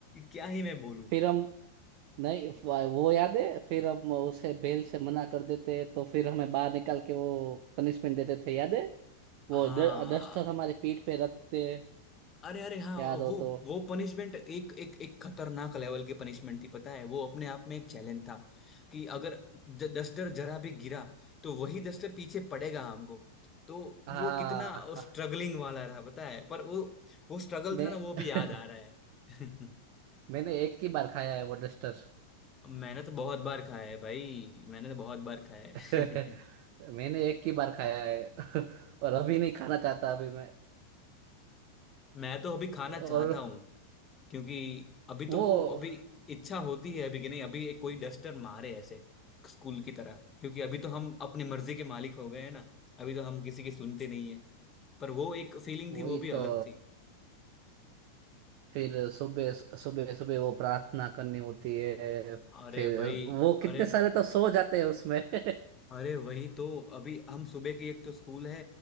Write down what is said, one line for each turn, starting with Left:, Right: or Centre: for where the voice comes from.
Left: क्या ही मैं बोलूं
Right: फिर हम नहीं वो याद है फिर हम उसे बेल से मना कर देते तो फिर हमें बाहर निकाल के वो पनिशमेंट देते थे याद है वो
Left: हाँ
Right: ड- डस्टर हमारे पीठ पे रखते
Left: अरे अरे हाँ
Right: याद हो
Left: वो
Right: तो
Left: वो पनिशमेंट एक एक एक खतरनाक लेवल की पनिशमेंट थी पता है वो अपने आप में एक चैलेंज था कि अगर द- डस्टर जरा भी गिरा तो वही डस्टर पीछे पड़ेगा हमको तो
Right: हाँ
Left: वो कितना
Right: हाँ,
Left: स्ट्रगलिंग वाला रहा पता है पर वो वो स्ट्रगल
Right: मैं
Left: था ना वो भी
Right: <laughs>
Left: याद आ रहा है <laughs>
Right: मैंने एक ही बार खाया है वो डस्टर
Left: मैंने तो बहुत बार खाया है भाई मैंने तो बहुत बार खाया है
Right: <laughs> मैंने एक ही बार खाया है <laughs> और अभी नहीं खाना चाहता अभी मैं
Left: <laughs> मैं तो अभी खाना
Right: और
Left: चाहता क्योंकि अभी तो
Right: वो
Left: वो अभी इच्छा होती है अभी कि नहीं अभी एक कोई डस्टर मारे ऐसे स्कूल की तरह क्योंकि अभी तो हम अपनी मर्जी के मालिक हो गए हैं ना अभी तो हम किसी की सुनते नहीं है पर वो एक फीलिंग
Right: वही
Left: थी वो भी अलग
Right: तो
Left: थी
Right: फिर सुबह सुबह सुबह वो प्रार्थना करनी होती है
Left: अरे
Right: फिर
Left: भाई
Right: वो
Left: अरे
Right: कितने सारे तो सो जाते हैं उसमें <laughs>
Left: अरे वही तो अभी हम सुबह की एक तो स्कूल है